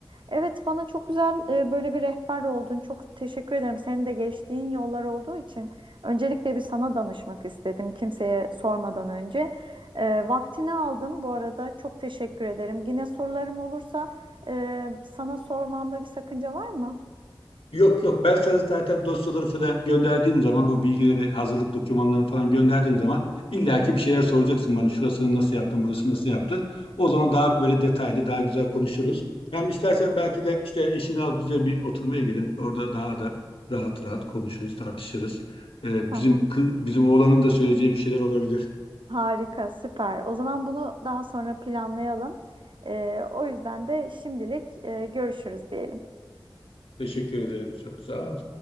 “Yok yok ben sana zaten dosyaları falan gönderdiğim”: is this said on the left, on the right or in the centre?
Left